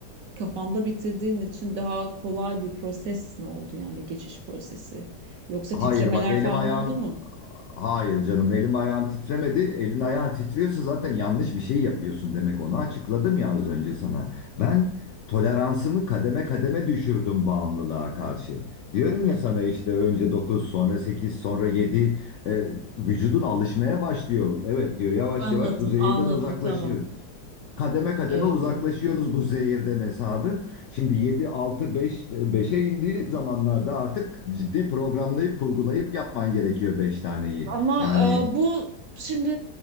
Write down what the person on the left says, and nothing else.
Hayır
bak elim
ayağım
hayır canım elim ayağım titremedi. Elin ayağın titriyorsa zaten yanlış bir şey yapıyorsun demek onu açıkladım ya az önce sana. Ben toleransımı kademe kademe düşürdüm bağımlılığa karşı. Diyorum ya sana işte önce dokuz sonra sekiz sonra yedi e, vücudun alışmaya başlıyor. Evet diyor yavaş
yavaş bu zehirden
uzaklaşıyor
kademe kademe
uzaklaşıyoruz
bu zehirden hesabı. Şimdi 7 6 beş beşe indiği zamanlarda artık ciddi programlayıp kurgulayıp yapman gerekiyor 5 taneyi.
Yani